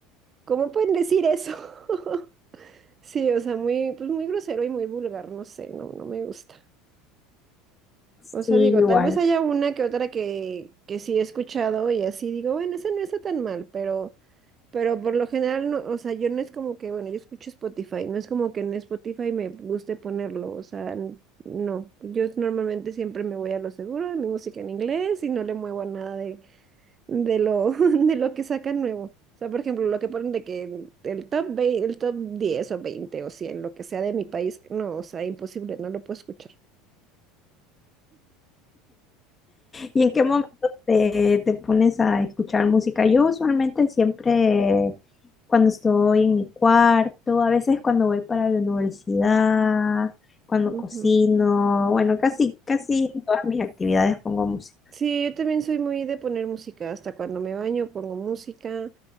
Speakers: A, on the right; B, on the left.
A: ¿cómo pueden decir eso? <laughs> Sí, o sea, muy, pues muy grosero y muy vulgar, no sé, no, no me gusta.
B: Sí,
A: O sea, digo,
B: igual.
A: tal vez haya una que otra que, que sí he escuchado y así digo, bueno, esa no está tan mal, pero Pero por lo general, no, o sea, yo no es como que, bueno, yo escucho Spotify, no es como que en Spotify me guste ponerlo, o sea, n- no, yo normalmente siempre me voy a lo seguro, mi música en inglés y no le muevo a nada de, de lo, <laughs> de lo que sacan nuevo. O sea, por ejemplo, lo que ponen de que el top 20 el top 10 o 20 o cien lo que sea de mi país, no, o sea, imposible, no lo puedo escuchar.
B: ¿Y en qué momento te, te pones a escuchar música? Yo usualmente siempre cuando estoy en mi cuarto, a veces cuando voy para la universidad, cuando
A: Ujú.
B: cocino, bueno, casi, casi en todas mis actividades pongo música.
A: Sí, yo también soy muy de poner música, hasta cuando me baño pongo música,